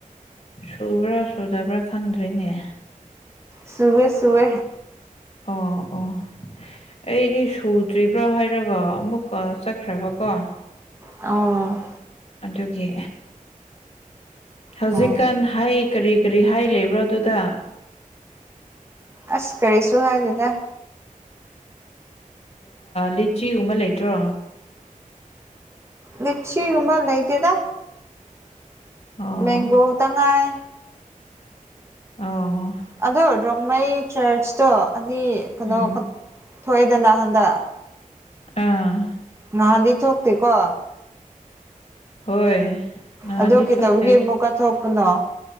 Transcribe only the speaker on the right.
ꯁꯨꯋꯦ ꯁꯨꯋꯦ
ꯑꯣ
ꯑꯣ
ꯑꯁ ꯀꯔꯤꯁꯨ ꯍꯥꯏꯗꯦꯗ
ꯂꯆꯤꯒꯨꯝꯕ ꯂꯩꯇꯦꯗ
ꯃꯦꯡꯒꯣ ꯇꯥ ꯉꯥꯏ
ꯑꯗꯣ ꯔꯣꯡꯃꯩ ꯆꯔꯆꯇꯣ ꯑꯅꯤ ꯀꯩꯅꯣ
ꯊꯣꯛꯑꯦꯗꯅ ꯍꯟꯗꯛ
ꯅꯍꯥꯟꯗꯤ ꯊꯣꯛꯇꯦ ꯀꯣ
ꯑꯗꯨ ꯀꯩꯇꯧꯕꯒꯤ
ꯑꯃꯨꯛꯀꯥ ꯊꯣꯛꯄꯅꯣ